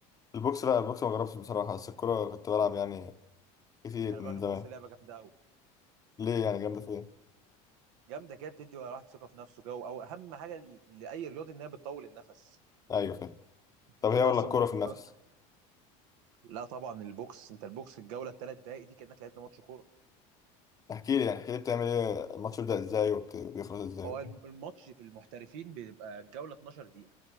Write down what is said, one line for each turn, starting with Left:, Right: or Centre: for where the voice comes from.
Left: البوكس لا البوكس ما جربتش بصراحة بس الكورة كنت بلعب يعني كتير
Right: خلي بالك
Left: من
Right: البوكس
Left: زمان
Right: لعبه جامده قوي
Left: ليه يعني جامدة في ايه؟
Right: جامده كده بتدي الواحد ثقه في نفسه كده او اهم حاجه ل- لاي رياضي ان هي بتطول النفس
Left: ايوه فاهم طب
Right: لان
Left: هي
Right: انت
Left: ولا
Right: اصلا
Left: الكورة
Right: بتتمرن
Left: في النفس؟
Right: لا طبعا البوكس انت البوكس الجوله الثلاث دقائق دي كانك لعبت ماتش كوره
Left: احكي لي يعني احكي لي بتعمل ايه الماتش بيبدأ ازاي وبيخلص ازاي؟
Right: هو الماتش في المحترفين بيبقى الجوله 12 دقيقه